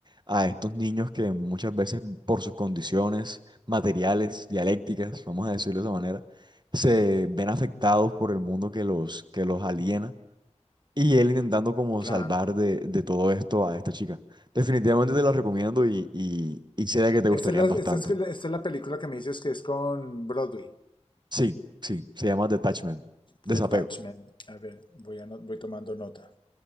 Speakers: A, on the right; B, on the left.
A: a estos niños que muchas veces por sus condiciones materiales, dialécticas, vamos a decirlo de esa manera, se ven afectados por el mundo que los, que los aliena. Y él intentando como
B: claro.
A: salvar de, de todo esto a esta chica. Definitivamente te la recomiendo y, y, y sé de que te gustarían
B: Esta es la, esta
A: bastante.
B: es, la- esta es la película que me dices que es con Broadway,
A: Sí, sí, se llama Detachment, desapego.
B: Detachment. A ver, voy, ano- voy tomando nota,